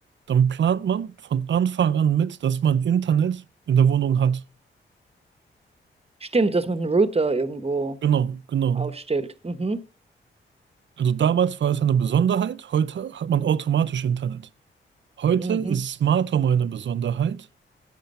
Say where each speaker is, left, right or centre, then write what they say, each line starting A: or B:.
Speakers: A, on the right; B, on the right.
A: dann plant man von Anfang an mit, dass man Internet in der Wohnung hat.
B: Stimmt, dass man einen Router irgendwo
A: Genau, genau.
B: aufstellt. Mhm.
A: Also damals war es eine Besonderheit, heute hat man automatisch Internet. Heute
B: Mhm.
A: ist Smart Home eine Besonderheit.